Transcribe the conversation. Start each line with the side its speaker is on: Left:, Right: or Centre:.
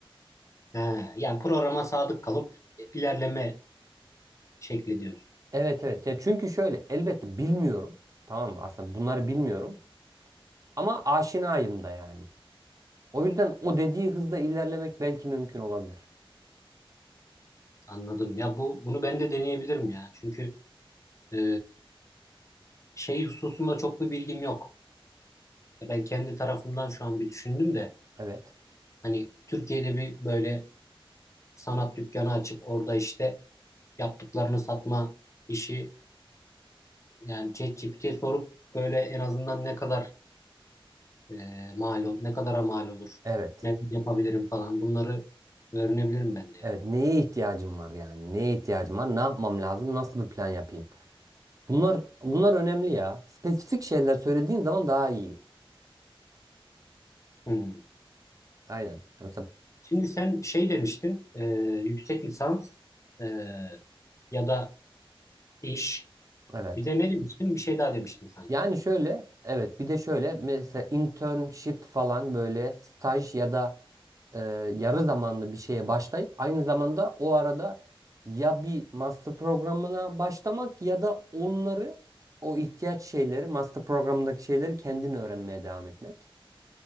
Left: He, yani programa sadık kalıp ilerleme şekli diyorsun.
Right: Evet evet. Ya çünkü şöyle elbette bilmiyorum. Tamam mı? Aslında bunları bilmiyorum. Ama aşinayım da yani. O yüzden o dediği hızda ilerlemek belki mümkün olabilir.
Left: Anladım. Ya bu bunu ben de deneyebilirim ya. Çünkü e, şey hususunda çok bir bilgim yok. Ben kendi tarafımdan şu an bir düşündüm de
Right: Evet.
Left: hani Türkiye'de bir böyle sanat dükkanı açıp orada işte yaptıklarını satma işini yani ChatGPT'ye sorup böyle en azından ne kadar e, mal ol- ne kadara mal olur,
Right: Evet.
Left: ne yapabilirim falan bunları öğrenebilirim ben de ya.
Right: Evet. Neye ihtiyacım var yani? Neye ihtiyacım var? Ne yapmam lazım? Nasıl bir plan yapayım? Bunlar bunlar önemli ya. Spesifik şeyler söylediğin zaman daha iyi.
Left: Hmm.
Right: Aynen. Mesela
Left: Şimdi sen şey demiştin, e, yüksek lisans e, ya da iş.
Right: evet.
Left: Bir de ne demiştin? Bir şey daha demiştin sanki.
Right: Yani şöyle, evet bir de şöyle mesela internship falan böyle staj ya da e, yarı zamanlı bir şeye başlayıp aynı zamanda o arada ya bir master programına başlamak ya da onları o ihtiyaç şeyleri master programındaki şeyleri kendin öğrenmeye devam etmek.